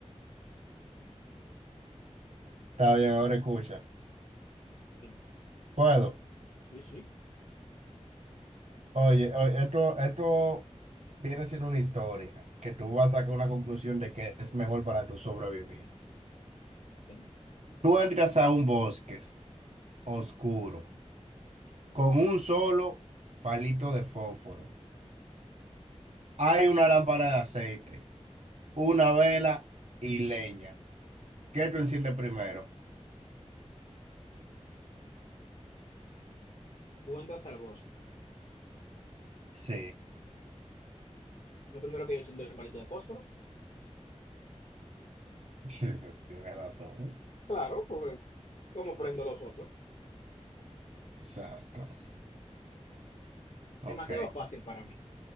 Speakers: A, on the right; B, on the left.
A: Está bien, ahora escucha.
B: Sí,
A: Puedo.
B: sí, sí.
A: Oye, oye, esto, esto viene siendo una historia que tú vas a sacar una conclusión de que es mejor para tu sobrevivir.
B: Ok.
A: Tú entras a un bosque oscuro con un solo palito de fósforo. Hay una lámpara de aceite, una vela y leña. ¿Qué tú enciendes primero?
B: Tú entras al bosque.
A: Sí,
B: Lo primero que yo siento es el palito de fósforo.
A: <laughs> sí, sí, tienes razón.
B: Claro, porque ¿cómo
A: Sí,
B: prendo los otros?
A: exacto. Ok,
B: Demasiado fácil para mí.